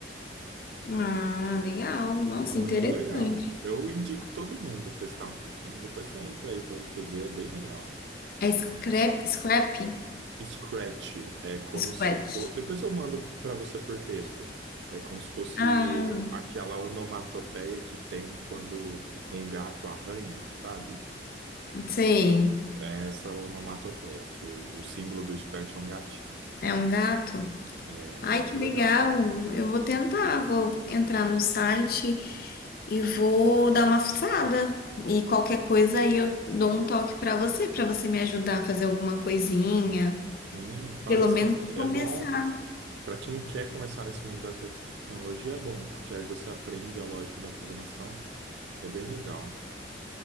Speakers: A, on the left; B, on the right.
A: Ah, legal. Nossa,
B: É muito
A: interessante.
B: legal. Eu indico todo mundo testar um pouquinho, depois você entra aí para você ver, é bem legal.
A: É scrap, scrap?
B: Scratch é como
A: Scratch.
B: se for, depois eu mando para você por texto. É como se fosse
A: Ah,
B: o... aquela onomatopeia que tem quando um gato arranha, sabe?
A: sei.
B: É essa onomatopeia, que o, o símbolo do Scratch é um gatinho.
A: É um gato.
B: É
A: Ai,
B: muito
A: que legal.
B: legal.
A: Eu vou tentar. Vou entrar no site e vou dar uma fuçada. E qualquer coisa aí eu dou um toque pra você, pra você me ajudar a fazer alguma coisinha.
B: Sim, fala
A: Pelo
B: assim
A: menos
B: que é
A: começar.
B: bom para quem quer começar nesse mundo da tecnologia, é bom, porque aí você aprende a lógica da programação, é bem legal.